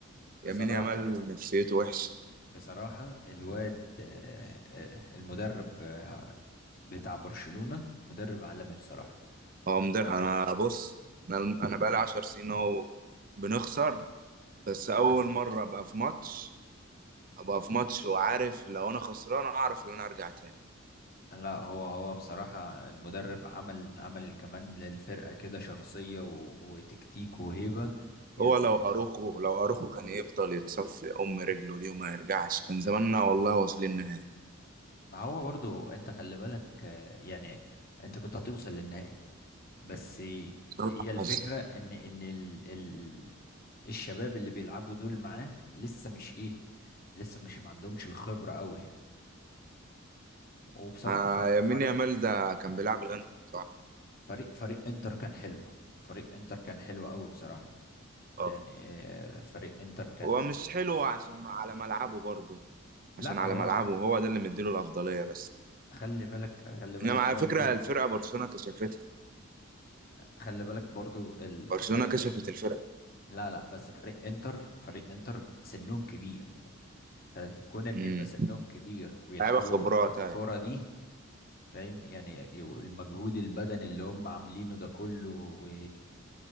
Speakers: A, on the left; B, on the right.
A: بصراحة
B: يمين يامال نفسيته وحشة
A: بصراحة الواد آه، آه، المدرب آه، بتاع برشلونة مدرب عالمي بصراحة
B: هو مدرب
A: مدرب
B: انا بص انا انا بقالي 10 سنين اهو بنخسر بس اول
A: بس
B: مرة ابقى في ماتش ابقى في ماتش وعارف لو انا خسران اعرف ان انا ارجع تاني
A: لا هو هو بصراحة المدرب عمل عمل كمان للفرقة كده شخصية و- وتكتيك وهيبة يعني
B: هو لو اروخو لو اروخو كان يفضل يتصفي ام رجله دي وما يرجعش كان زماننا والله واصلين نهائي
A: ما هو برضو انت خلي بالك آه، يعني انت كنت هتوصل للنهائي بس هي
B: صلاح
A: الفكرة
B: حظ
A: ان ان ال ال الشباب اللي بيلعبوا دول معاه لسه مش ايه لسه مش ما عندهمش الخبرة قوي وبصراحة
B: آه
A: ف- فريق
B: يمين يامال ده كان بيلعب بجد كويس بصراحة
A: فريق فريق انتر كان حلو فريق انتر كان حلو قوي بصراحة
B: اه
A: يعني آه، فريق انتر كان
B: هو مش حلو عشان على ملعبه برضه
A: لا
B: عشان على
A: هو
B: ملعبه هو ده اللي مديله الأفضلية بس
A: خلي بالك خلي بالك
B: انما على
A: برضه
B: فكرة الفرقة برشلونة كشفتها
A: خلي بالك برضه الفريق
B: برشلونة كشفت الفرقة
A: لا لا بس فريق انتر فريق انتر سنهم كبير فكون ان
B: امم
A: يبقى سنهم كبير ويلعبوا
B: لعيبة خبرات
A: الكرة
B: ايوه
A: دي فاهم يعني المجهود البدني اللي هم عاملينه ده كله و